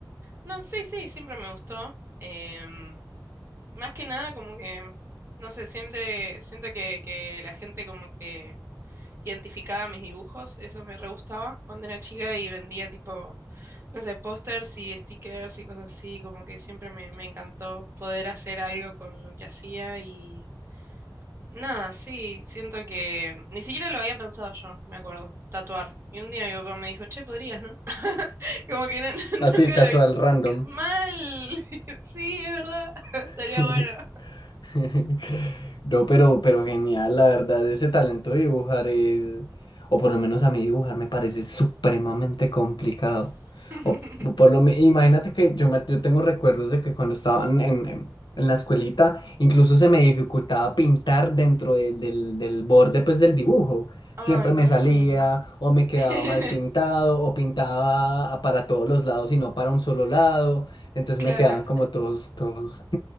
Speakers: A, on the right; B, on the left.
A: no, sí, sí, siempre me gustó. em, más que nada, como que, no sé, siempre siento que, que la gente como que identificaba mis dibujos, eso me re gustaba cuando era chica y vendía tipo, no sé, pósters y stickers y cosas así, como que siempre me, me encantó poder hacer algo con lo que hacía y nada, sí, siento que ni siquiera lo había pensado yo, me acuerdo, tatuar. Y un día mi papá me dijo, che, podrías, ¿no? <laughs> Como que no- <laughs>
B: Así,
A: nunca
B: casual,
A: lo había...
B: random.
A: Mal, <laughs> sí, es verdad, <laughs> estaría
B: <laughs>
A: bueno.
B: <laughs> No, pero, pero genial, la verdad, ese talento de dibujar es, o por lo menos a mí dibujar me parece supremamente complicado.
A: <laughs>
B: O, o por lo me- imagínate que yo, me- yo tengo recuerdos de que cuando estaba en, en- en- en la escuelita, incluso se me dificultaba pintar dentro de- del, del borde pues del dibujo.
A: Ay,
B: Siempre
A: no.
B: me salía o me quedaba
A: <laughs>
B: mal pintado o pintaba a- para todos los lados y no para un solo lado. Entonces
A: Claro.
B: me quedaban como todos, todos. <laughs>